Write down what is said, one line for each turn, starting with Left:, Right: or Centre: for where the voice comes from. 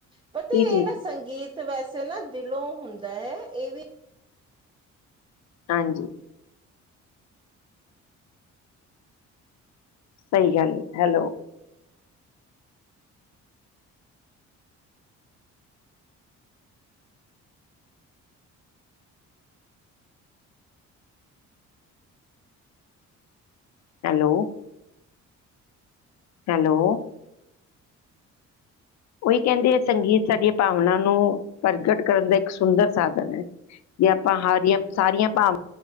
Right: ਪਤਾ
Left: ਜੀ ਜੀ
Right: ਇਹ ਨਾ ਸੰਗੀਤ ਸਗੀਤ ਵੈਸੇ ਨਾ ਦਿਲੋਂ ਹੁੰਦਾ ਹੈ ਇਹ ਵੀ
Left: ਹਾਂਜੀ। ਸਹੀ ਗੱਲ ਹੈ ਹੈਲੋ। ਹੈਲੋ। ਹੈਲੋ। ਉਹੀ ਕਹਿੰਦੇ ਹੈ ਸੰਗੀਤ ਸਾਡੀਆਂ ਭਾਵਨਾ ਨੂੰ ਪ੍ਰਗਟ ਕਰਨ ਦਾ ਇੱਕ ਸੁੰਦਰ ਸਾਧਨ ਹੈ। ਜੇ ਆਪਾਂ <unintelligible> ਸਾਰੀਆਂ ਭਾਵਾਂਨਾ